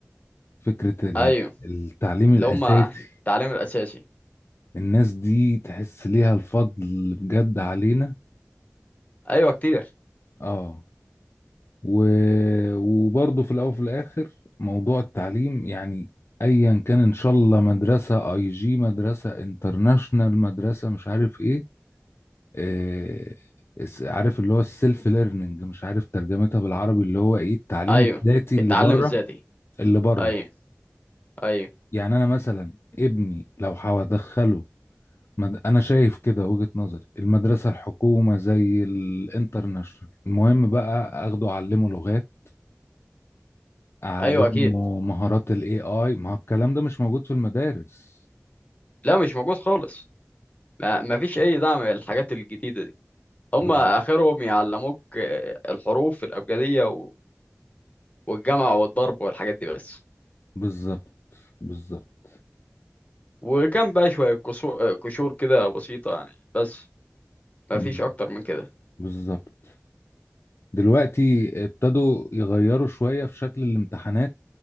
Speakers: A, on the left; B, on the left.
A: فكرة ال-
B: ايوه
A: التعليم الأساسي
B: اللي هم التعليم الاساسي
A: الناس دي تحس ليها الفضل بجد علينا
B: ايوه كتير
A: آه و... وبرضه في الاول وفي الاخر موضوع التعليم يعني ايا كان ان شاء الله مدرسه اي جي مدرسه انترناشنال مدرسه مش عارف ايه آه... الس- عارف اللي هو السيلف ليرنينج مش عارف ترجمتها بالعربي اللي هو ايه التعليم
B: ايوه
A: الذاتي اللي
B: التعلم
A: بره
B: الذاتي
A: اللي بره
B: ايوه ايوه
A: يعني انا مثلا ابني لو هدخله مد... انا شايف كده وجهة نظري المدرسه الحكومه زي الانترناشنال المهم بقى اخده اعلمه لغات اعلمه
B: ايوه اكيد
A: مهارات الاي اي ما هو الكلام ده مش موجود في المدارس
B: لا مش موجود خالص ما ما فيش اي دعم للحاجات الجديده دي هم
A: بز-
B: اخرهم يعلموك آه، الحروف الابجديه و- والجمع والضرب والحاجات دي بس
A: بالظبط بالظبط
B: وكان بقى شويه كسو- آه، كشور كده بسيطه يعني بس ما
A: بز-
B: فيش اكتر من كده
A: بالظبط دلوقتي ابتدوا يغيروا شوية في شكل الامتحانات